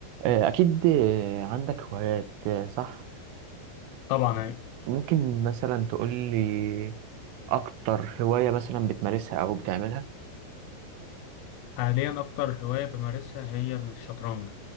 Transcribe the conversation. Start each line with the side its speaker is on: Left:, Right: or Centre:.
Right: آه، أكيد آه، عندك هوايات آه، صح؟
Left: طبعا
Right: ممكن مثلا تقول لي أكتر هواية مثلا بتمارسها أو بتعملها؟
Left: حاليا أكتر هواية بمارسها هي الشطرنج